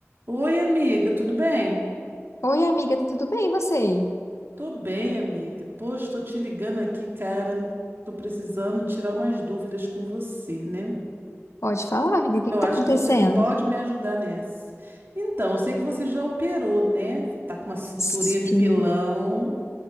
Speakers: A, on the right; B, on the left.
A: Oi, amiga, tudo bem?
B: Oi, amiga, tudo bem e você?
A: Tô bem, amiga. Poxa, tô te ligando aqui, cara. Tô precisando tirar umas dúvidas com você, né?
B: Pode falar, amiga, o que
A: Eu
B: que tá
A: acho
B: acontecendo?
A: que você pode me ajudar nessa. Então, eu sei que você já operou, né? Tá com uma cinturinha
B: Sim,
A: de pilão.